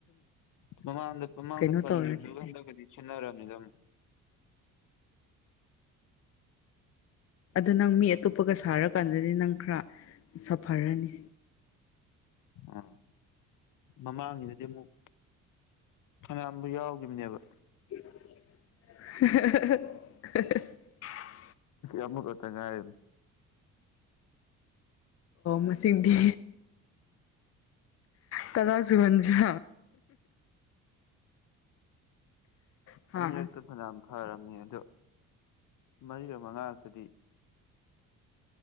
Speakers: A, on the left; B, on the left.
A: ꯃꯃꯥꯡꯗ ꯃꯃꯥꯡꯗ
B: ꯀꯩꯅꯣ
A: ꯄꯟꯈꯤꯕꯗꯨ
B: ꯇꯧꯔꯗꯤ
A: ꯈꯟꯗꯒꯗꯤ ꯈꯦꯟꯅꯔꯝꯃꯤꯗ ꯑꯃꯨꯛ
B: ꯑꯗꯨꯗ ꯅꯪ ꯃꯤ ꯑꯇꯣꯞꯄꯒ ꯁꯥꯔꯀꯥꯟꯗꯗꯤ ꯅꯪ ꯈꯔ ꯁꯥꯐꯔꯅꯤ
A: ꯑꯥ ꯃꯃꯥꯡꯒꯤꯗꯗꯤ ꯑꯃꯨꯛ ꯐꯉꯌꯥꯝꯕꯨ ꯌꯥꯎꯒꯤꯕꯅꯦꯕ
B: <unintelligible>
A: ꯑꯃꯛꯀꯠꯇ ꯉꯏ
B: ꯃꯁꯤꯡꯗꯤ ꯇꯔꯁꯨꯍꯟꯖꯥ ꯍꯥ
A: ꯑꯅꯤꯔꯛꯇ ꯐꯅꯝ ꯐꯔꯝꯅꯤ ꯑꯗꯣ ꯃꯔꯤꯔꯛ ꯃꯉꯥ ꯉꯥꯛꯛꯇꯗꯤ